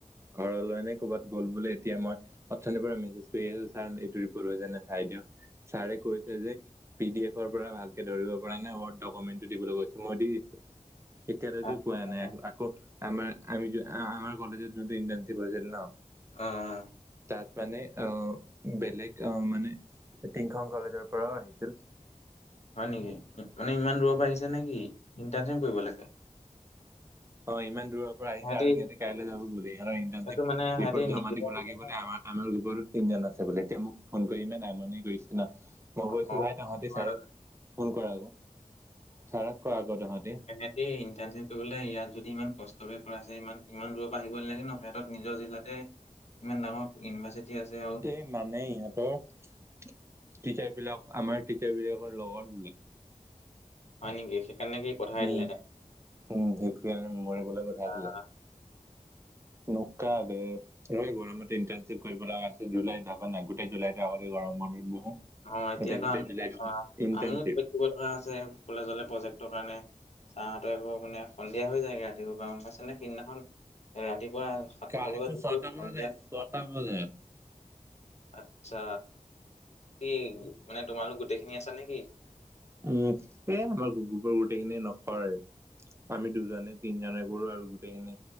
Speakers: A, on the right; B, on the left.
A: ঘৰলৈ নে ক'ৰবাত গ'ল বোলে, এতিয়া মই অথনিৰ পৰা মেছেজ কৰি আছোঁ, ছাৰ, এইটো ৰিপ'ৰ্ট হৈছে নে নাই চাই দিয়ক। ছাৰে কৈছে যে পিডিএফৰ পৰা ভালকৈ ধৰিব পৰা নাই, ৱৰ্ড ডকুমেণ্টটো দিবলৈ কৈছে। মই দি দিছোঁ, এতিয়ালৈকে
B: অ
A: মানে আকৈ, আকৌ আমাৰ, আমি যিটো আমাৰ কলেজত যোনটো ইণ্টাৰ্নশ্বিপ হৈছিল ন'
B: অ', অ', অ'।
A: তাত মানে, আ, বেলেগ, আ, মানে, তিনিখন কলেজৰ পৰাও আহিছিল।
B: হয় নেকি? মানে ইমান দূৰৰ পৰা আহিছে নেকি, ইণ্টাৰ্নশ্বিপ কৰিবলৈকে?
A: অ', ইমান দূৰৰ পৰা আহিছে
B: সিহঁতি
A: আৰু সিহঁতে কাইলৈ যাব বুলি, সিহঁতৰ ইণ্টাৰ্নশ্বিপ
B: এইটো মানে সিহঁতি
A: ৰিপ'ৰ্ট জমা
B: নিজে
A: দিব
B: আহিছে
A: লাগে
B: নে?
A: বুলি আমাৰ, আমাৰ গুগল তিনিজন আছে বুলি, এতিয়া মোক ফোন কৰি ইমান আমনি কৰিছে জানা, মই
B: অ
A: কৈছোঁ ভাই,
B: সেইটো
A: তহঁতি
B: হয়
A: ছাৰক ফোন কৰ আৰু ছাৰক ক' আকৌ, তহঁতি
B: সেহেঁতি ইণ্টাৰ্নশ্বিপ কৰিবলৈ ইয়াত যদি ইমান কষ্টকে কৰাইছে, ইমান, ইমান দূৰৰ পৰা আহিবই নালাগে ন? সিহঁতৰ নিজৰ জিলাতে ইমান ডাঙৰ ইউনিভাৰ্চিটি আছে আৰু
A: এই মানে, ইহঁতৰ টিচাৰবিলাক আমাৰ টিচাৰবিলাকৰ লগৰখিনি
B: হয় নেকি? সেইকাৰণে কি? পঠাই
A: উম,
B: দিলে
A: উম, সেইটোৱেই আৰু মৰিবলৈ
B: তাইক?
A: পঠাই দিলে। <unintelligible> বে, মোৰ এই গৰমতে ইণ্টাৰ্নশ্বি শ্বিপ কৰিব লগা আছিল জুলাইত, ভাবা নাই, গোটেই জুলাইটো আগতে গৰম বন্ধত বহোঁ
B: অ' এতিয়াতো
A: গোটেই, গোটেই
B: আমি
A: জুলাইটো
B: অ'
A: ইণ্টাৰ্নশ্বিপ
B: <unintelligible> আছে কলেজলৈ প্ৰজেক্টৰ কাৰণে ছাৰহঁতে আকৌ মানে সন্ধিয়া হৈ যায়গৈ। ৰাতিপুৱাৰ পৰা, গম পাইছনে? সেইদিনাখন ৰাতিপুৱা সাতটা
A: কালিটো
B: বজাত গৈছো
A: ছয়টামানত
B: সন্ধিয়া
A: আহিছে, ছয়টা বজাত
B: আচ্ছা, কি মানে তোমালোক গোটেইখিনি আছা নেকি?
A: উম, এই আমাৰ গ্ৰুপৰ গোটেইখিনিয়ে নকৰে আমি দুজনে-তিনজনে কৰোঁ আৰু গোটেইখিনি